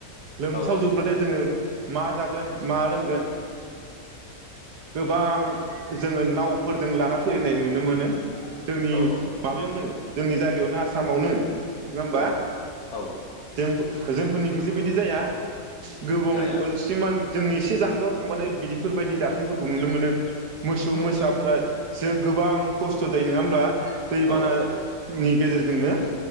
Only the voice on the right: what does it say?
लोमसाव
जोबब्लाथाय जोङो। मा जागोन मा लोंगोन गोबां जोङो नावफोरजों लाना फैनाय नुनो मोनो। जोंनि
माबायावनो जोंनि जायगायावनो आसामावनो नङामबा
जों जोंफोरनिखौसो बिदि जाया गोबाव
सिमान जोंनि एसे जानगाराव थांबानो बिदिफोरबायदि जाथायफोरखौ नुनो मोनो। मोसौ
मोसाफोरा जों गोबां खस्थ' जायो नङा होमब्ला दैबानानि
गेजेरजोंनो